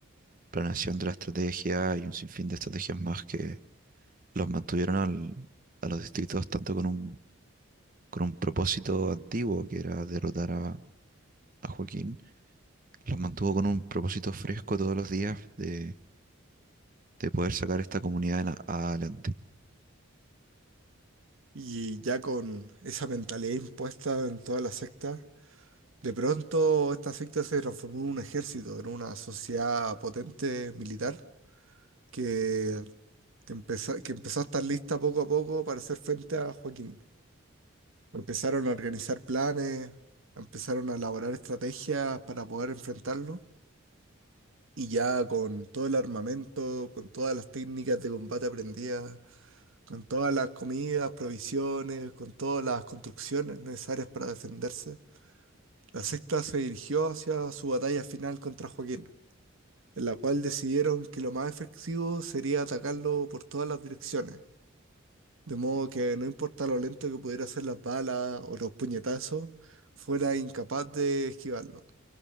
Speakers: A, on the right; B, on the right.
A: planeación de la estrategia y un sinfín de estrategias más que los mantuvieron al- a los distritos tanto con un con un propósito antiguo, que era derrotar a, a Joaquín. Los mantuvo con un propósito fresco todos los días de, de poder sacar esta comunidad en a- adelante.
B: Y ya con esa mentalidad impuesta en toda la secta, de pronto esta secta se transformó en un ejército, en una sociedad potente militar que que empezó, que empezó a estar lista poco a poco para hacer frente a Joaquín. Empezaron a organizar planes, empezaron a elaborar estrategias para poder enfrentarlo. Y ya con todo el armamento, con todas las técnicas de combate aprendidas, con todas las comidas, provisiones, con todas las construcciones necesarias para defenderse, la sexta se dirigió hacia su batalla final contra Joaquín, en la cual decidieron que lo más efectivo sería atacarlo por todas las direcciones De modo que no importa lo lento que pudiera ser las balas o los puñetazos, fuera incapaz de esquivarlo.